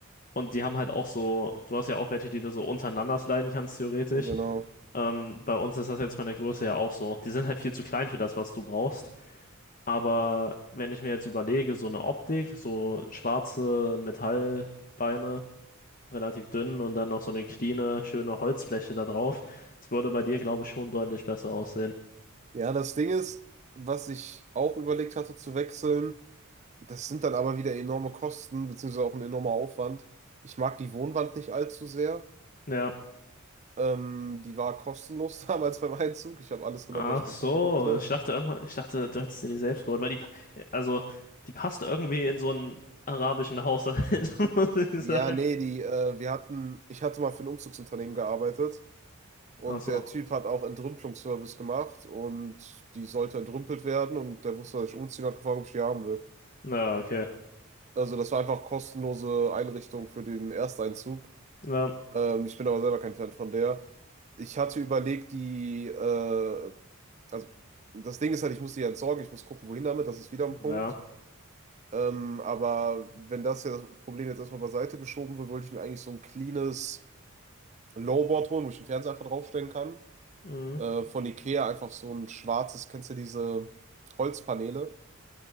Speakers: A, on the left (about 40°); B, on the right (about 35°).
A: Und die haben halt auch so, du hast ja auch welche, die du so untereinander sliden kannst, theoretisch.
B: genau.
A: Ähm, bei uns ist das jetzt von der Größe her auch so. Die sind halt viel zu klein für das, was du brauchst. Aber wenn ich mir jetzt überlege, so eine Optik, so schwarze Metallbeine, relativ dünn und dann noch so eine cleane, schöne Holzfläche da drauf, das würde bei dir, glaube ich, schon deutlich besser aussehen.
B: Ja, das Ding ist, was ich auch überlegt hatte zu wechseln, das sind dann aber wieder enorme Kosten, beziehungsweise auch ein enormer Aufwand. Ich mag die Wohnwand nicht allzu sehr.
A: Ja.
B: Ähm, die war kostenlos <laughs> damals beim Einzug. Ich habe alles genommen,
A: Ach
B: was ich
A: so,
B: bekommen konnte.
A: ich dachte irgendwann, ich dachte, du hättest dir die selbst geholt, weil die, also, die passt irgendwie in so ein arabischen Haushalt, <laughs> muss ich
B: Ja,
A: sagen.
B: nee, die, äh, wir hatten, ich hatte mal für ein Umzugsunternehmen gearbeitet. Und
A: Ach so.
B: der Typ hat auch Entrümpelungsservice gemacht und die sollte entrümpelt werden und der wusste, dass ich umziehen hat gefragt, ob ich die haben will.
A: Ja, okay.
B: Also das war einfach kostenlose Einrichtung für den Ersteinzug.
A: Ja,
B: Ähm, ich bin aber selber kein Fan von der. Ich hatte überlegt, die, äh, also das Ding ist halt, ich muss die ja entsorgen, ich muss gucken, wohin damit, das ist wieder ein Punkt.
A: ja.
B: Ähm, aber wenn das ja das Problem jetzt erstmal beiseite geschoben wird, wollte ich mir eigentlich so ein cleanes Lowboard holen, wo ich den Fernseher einfach draufstellen kann.
A: Mhm.
B: äh, von Ikea einfach so ein schwarzes, kennst du diese Holzpaneele,